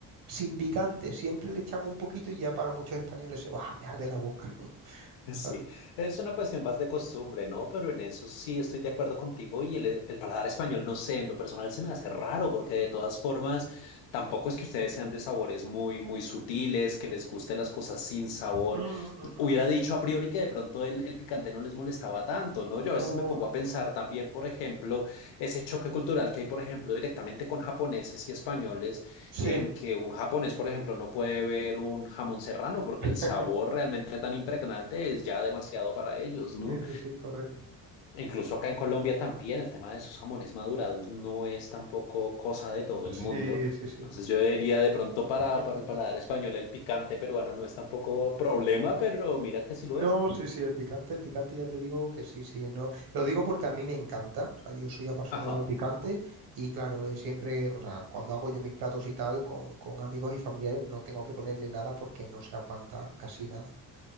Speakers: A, on the right (about 55°); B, on the left (about 75°).
A: sin picante, siempre le echan un poquito y ya para muchos españoles se va, me arde la boca, <laughs>
B: <laughs> sí,
A: ¿sabes?
B: es una cuestión más de costumbre, ¿no? Pero en eso sí estoy de acuerdo contigo y el, el paladar español, no sé, en lo personal se me hace raro porque de todas formas tampoco es que ustedes sean de sabores muy, muy sutiles, que les gusten las cosas sin sabor.
A: Mm, mm, mm.
B: hubiera dicho a priori que de pronto el, el, picante no les molestaba tanto, ¿no? Yo
A: No,
B: a veces me pongo
A: no,
B: a pensar
A: no, no, no.
B: también, por ejemplo, ese choque cultural que hay, por ejemplo, directamente con japoneses y españoles,
A: Sí,
B: en que un japonés, por ejemplo, no puede ver un jamón serrano porque
A: <laughs>
B: el sabor realmente tan impregnante es ya demasiado para ellos, ¿no?
A: sí, sí, sí, correcto.
B: Incluso acá en Colombia también el tema de esos jamones madurados no es tampoco cosa de todo el
A: Sí,
B: mundo.
A: sí, sí.
B: Entonces yo diría de pronto para,
A: <laughs>
B: para el paladar español el picante peruano no es tampoco problema, pero mira que sí
A: No,
B: lo es.
A: sí, sí, el picante, el picante ya te digo que sí, sí, no. Lo digo porque a mí me encanta, o sea, yo soy apasionado
B: Ajá,
A: al picante y claro, eh, siempre, o sea, cuando hago yo mis platos y tal con, con amigos y familiares no tengo que ponerle nada porque no se aguanta casi nada.